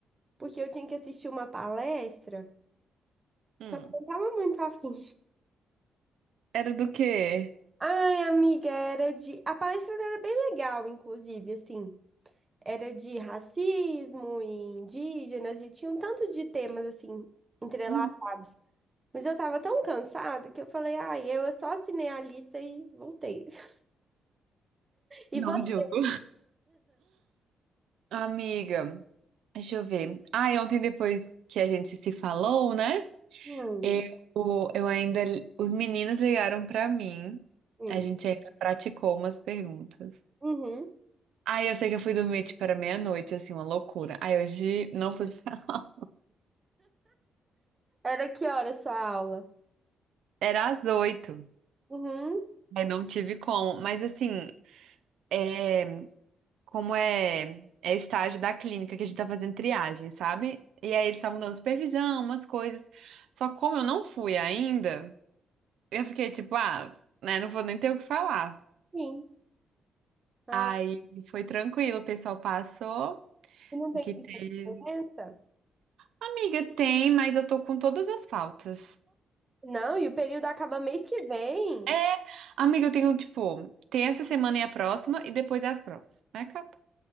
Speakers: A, on the right (about 20°); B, on the right (about 75°).
A: porque eu tinha que assistir uma palestra,
B: Hum.
A: só que eu não tava muito afim.
B: Era do quê?
A: <laughs> Ai, amiga, era de... A palestra era bem legal, inclusive, assim, era de racismo e indígenas e tinha um tanto de temas, assim, entrelaçados.
B: Hum.
A: Mas eu tava tão cansada que eu falei, ai, eu só assinei a lista e voltei. <laughs> E
B: Não,
A: você?
B: Diogo. Amiga, deixa eu ver. Ah, e ontem depois que a gente se falou, né?
A: Hum,
B: Eu, eu ainda. Os meninos ligaram pra mim.
A: hum,
B: A gente ainda praticou umas perguntas.
A: uhum.
B: Aí eu sei que eu fui dormir tipo era meia-noite, assim, uma loucura. Aí hoje não pude <laughs> falar.
A: Era que hora a sua aula?
B: Era às oito.
A: Uhum,
B: Aí não tive como. Mas assim, é. como é, é o estágio da clínica que a gente tá fazendo triagem, sabe? E aí eles estavam dando supervisão, umas coisas. Só como eu não fui ainda, eu fiquei tipo, ah, né, não vou nem ter o que falar.
A: sim. Ah,
B: Aí foi tranquilo, o pessoal passou,
A: e não tem
B: o que teve.
A: lista de presença?
B: Amiga, tem, mas eu tô com todas as faltas.
A: Não, e o período acaba mês que vem?
B: É, amiga, eu tenho, tipo, tem essa semana e a próxima, e depois é as provas. Aí acabou.